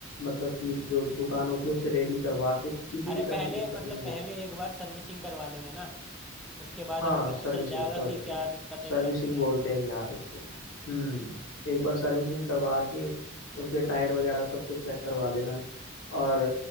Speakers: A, on the left; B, in the centre.
A: मतलब कि जो दुकान होती है उससे रेडी करवा के किसी
B: अरे
A: भी
B: पहले
A: तरह की दिक्कत
B: मतलब
A: नहीं हो
B: पहले एक बार सर्विसिंग करवा लेंगे ना उसके बाद
A: हाँ
B: हमें पता
A: सर्विसिंग
B: चल जाएगा
A: सॉरी
B: कि क्या
A: सॉरी
B: दिक्कत है
A: सर्विसिंग
B: क्या नहीं
A: बोलते
B: है
A: हैं यार उसको हम्म एक बार सर्विसिंग करवा के उसके टायर वगैरह सब कुछ चेक करवा लेना और